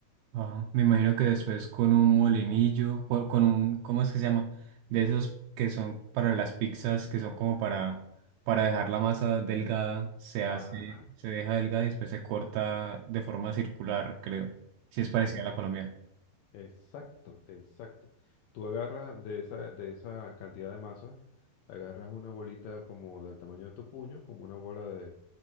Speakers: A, on the right (about 80°); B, on the left (about 80°).
A: Ajá. Me imagino que después con un molinillo, o con un, ¿cómo es que se llama? De esos que son para las pizzas, que son como para, para dejar la masa delgada, se hace,
B: Ajá,
A: se deja delgada y después se corta de forma circular, creo. Si es parecida
B: es,
A: a la colombiana.
B: exacto, exacto. Tú agarras de esa, de esa cantidad de masa, agarras una bolita como del tamaño de tu puño, como una bola de